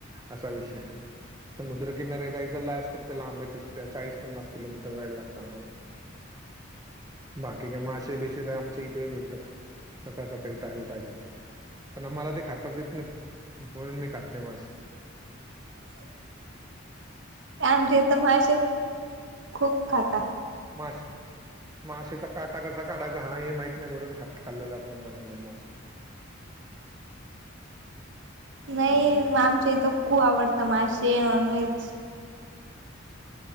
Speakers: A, on the right; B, on the right.
A: असा विषय समुद्रकिनार्या दयचा लासत ते लांबे तीस चाळीस पन्नास किलोमीटर जायला लागतं आम्हाला बाकी का मासे बिसे तर आमच्या इथेही भेटतात. सकाळ सकाळी ताजे ताजे पण आम्हाला ते खातात येत नाही. म्हणून मी खात नाही मासे.
B: आमच्या इथे मासे खूप खातात.
A: मासे मासेचा काटा कसा काढायचा हा हे माहीत नाही म्हणून ख खाल्लं <unintelligible>
B: नाहीआमचे
A: हम्म.
B: तर खूप आवडते मासे नॉन व्हेज.
A: <unintelligible>